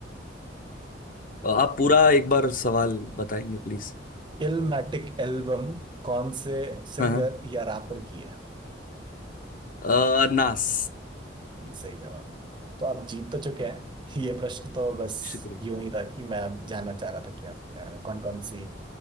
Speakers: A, on the left; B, on the right.
A: आप पूरा एक बार सवाल बताएंगे प्लीज
B: इलमैटिक एल्बम कौन से सिंगर
A: हाँ
B: या रैपर की है
A: हाँ अ, नास
B: जी सही जवाब तो आप जीत तो चुके हैं ये प्रश्न तो बस
A: शुक्रिया
B: यूं ही था कि मैं आप जानना चाह रहा था कि आप कौन कौन सी